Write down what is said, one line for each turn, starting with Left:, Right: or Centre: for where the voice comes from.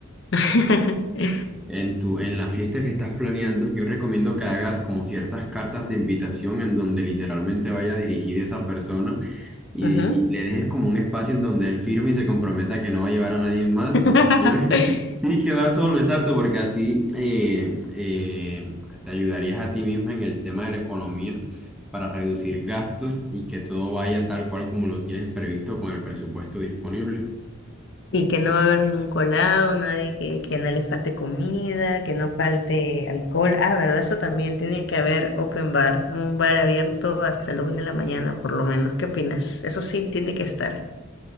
Left: <laughs>
Centre: En tu, en la fiesta que estás planeando, yo recomiendo que hagas como ciertas cartas de invitación en donde literalmente vaya dirigida esa persona y,
Left: Ajá.
Centre: y le dejes como un espacio en donde él firme y se comprometa que no va a llevar a nadie más,
Left: <laughs>
Centre: sino <laughs> sí que va solo, exacto, porque así eh, eh, te ayudarías a ti misma en el tema de la economía para reducir gastos y que todo vaya tal cual como lo tienes previsto con el presupuesto disponible.
Left: Y que no va a haber ningún colado, nadie que, que no le falte comida, que no falte alcohol. Ah, ¿verdad? Eso también tiene que haber open bar, un bar abierto hasta la una de la mañana, por lo menos. ¿Qué opinas? Eso sí tiene que estar.